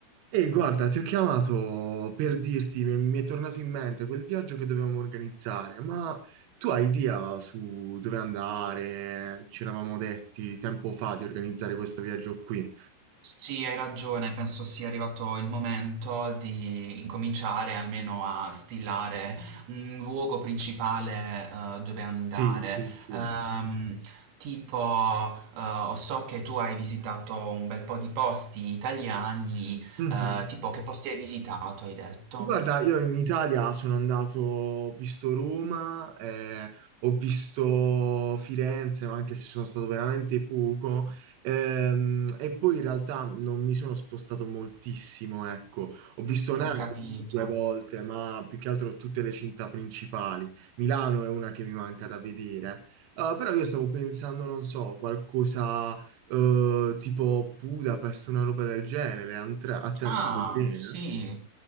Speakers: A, on the right; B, on the right.
A: Ehi, guarda, ti ho chiamato per dirti, mi mi è tornato in mente quel viaggio che dovevamo organizzare, ma tu hai idea su dove andare? Ci eravamo detti tempo fa di organizzare questo viaggio qui.
B: Sì, hai ragione, penso sia arrivato il momento di incominciare almeno a stilare un luogo principale, ehm, dove andare.
A: Sì, sì, sì.
B: Ehm, tipo, ehm, so che tu hai visitato un bel po' di posti italiani,
A: Mhm.
B: ehm, tipo che posti hai visitato hai detto?
A: Guarda, io in Italia sono andato, ho visto Roma, eh, ho visto Firenze, ma anche se sono stato veramente poco, ehm, e poi in realtà non mi sono spostato moltissimo, ecco. Ho visto Napoli
B: Ho capito.
A: due volte, ma più che altro tutte le città principali. Milano è una che mi manca da vedere. Eh, però io stavo pensando, non so, qualcosa, eh, tipo Budapest, una roba del genere, Antra- a te andrebbe
B: Ah,
A: bene?
B: sì,